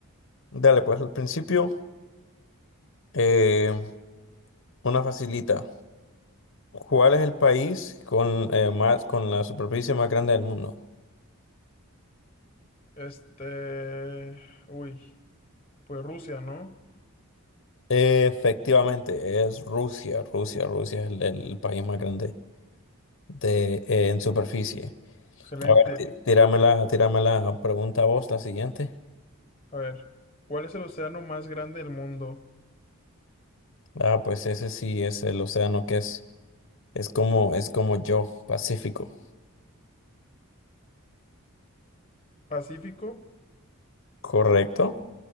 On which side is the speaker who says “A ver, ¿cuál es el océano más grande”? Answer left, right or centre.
Left